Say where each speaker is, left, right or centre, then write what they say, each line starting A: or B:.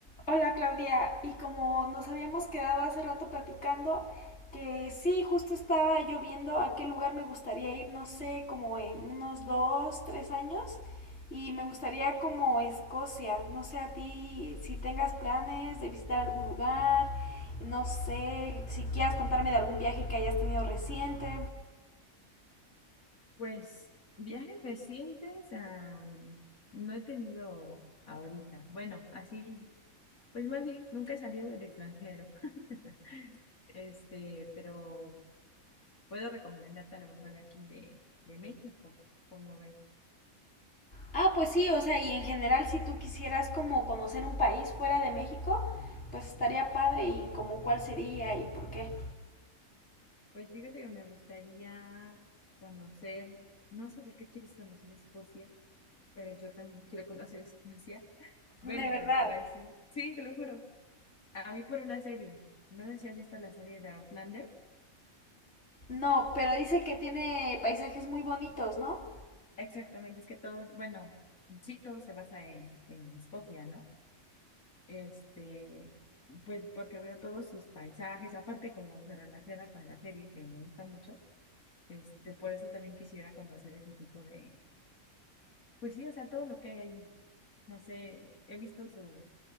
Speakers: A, on the left (about 50°); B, on the left (about 85°).
A: Hola Claudia, y como nos habíamos quedado hace rato platicando, que sí, justo estaba yo viendo a qué lugar me gustaría ir, no sé, como en unos dos, tres años, y me gustaría como Escocia, no sé a ti si tengas planes de visitar algún lugar, no sé si quieras contarme de algún viaje que hayas tenido reciente.
B: Pues viajes recientes, ah, no he tenido ahorita. Bueno, así, pues más bien, nunca he salido del extranjero. <laughs> Este, pero puedo recomendarte a lo mejor de aquí de, de México, como ves.
A: Ah, pues sí, o sea, y en general si tú quisieras como conocer un país fuera de México, pues estaría padre y como cuál sería y por qué.
B: Pues fíjate que me gustaría conocer, no sé por qué quieres conocer Escocia, pero yo también quiero conocer <laughs> Escocia. Bueno,
A: De verdad.
B: pero yo te voy a decir, sí, te lo juro, a mí por una serie. No sé si has visto la serie de Outlander.
A: No, pero dice que tiene paisajes muy bonitos, ¿no?
B: Exactamente, es que todo, bueno, sí, todo se basa en, en Escocia, ¿no? Este, pues porque veo todos sus paisajes, aparte como se relaciona con la serie que me gusta mucho, este, por eso también quisiera conocer ese tipo de, pues sí, o sea, todo lo que hay ahí, no sé, he visto sus,